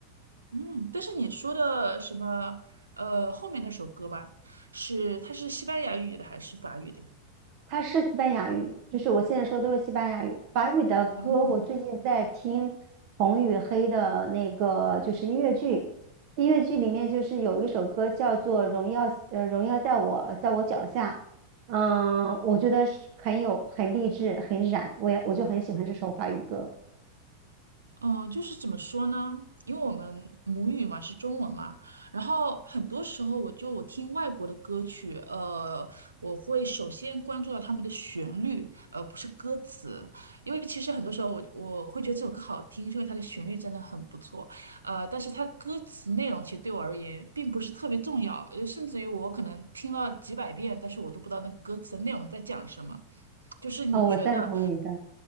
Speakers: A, on the right; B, on the right.
A: 嗯，但是你说的什么，呃，后面那首歌吧，是它是西班牙语的还是法语的呀？
B: 它是西班牙语，就是我现在说的都是西班牙语。法语的歌，
A: 哦、
B: 我最近在听红与黑的那个，就是音乐剧。音乐剧里面就是有一首歌叫做《荣耀》，呃，《荣耀在我在我脚下》。嗯，我觉得是很有很励志，很燃，我也我就很喜欢这首法语歌。
A: 嗯，就是怎么说呢？因为我们母语嘛是中文嘛，然后很多时候我就我听外国的歌曲，呃，我会首先关注到他们的旋律，而不是歌词，因为其实很多时候我我会觉得这首歌好听，是因为它的旋律真的很不错，呃，但是它歌词内容其实对我而言并不是特别重要，呃甚至于我可能听了几百遍，但是我都不知道那个歌词内容在讲什么。就是你觉得
B: 哦，我赞同你的。